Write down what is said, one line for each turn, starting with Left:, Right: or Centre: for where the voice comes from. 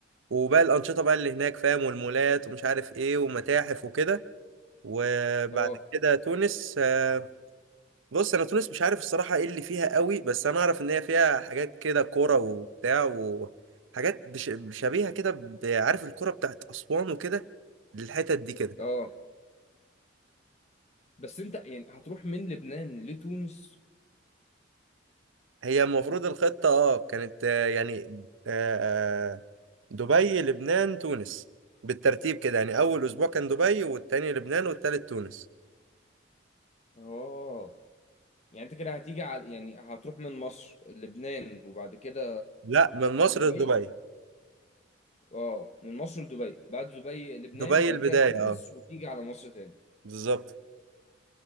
Right: وباقي الأنشطة بقى اللي هناك فاهم والمولات ومش عارف ايه ومتاحف وكده وبعد
Left: اه
Right: كده تونس آه، بص انا تونس مش عارف الصراحه ايه اللي فيها قوي بس انا اعرف ان هي فيها حاجات كده كوره وبتاع وحاجات بش- شبيهه كده ب- عارف الكوره بتاعت اسوان وكده للحتت دي كده
Left: اه بس انت يعني هتروح من لبنان لتونس
Right: هي المفروض الخطه اه كانت آه، يعني آه، آه، دبي لبنان تونس بالترتيب كده يعني اول اسبوع كان دبي والتاني لبنان والتالت تونس
Left: اه يعني انت كده هتيجي على يعني هتروح من مصر لبنان وبعد كده
Right: لا من مصر
Left: دبي
Right: لدبي
Left: اه من مصر لدبي بعد دبي لبنان
Right: دبي
Left: وبعد
Right: البدايه
Left: كده تونس
Right: اه
Left: وتيجي على مصر تاني
Right: بالظبط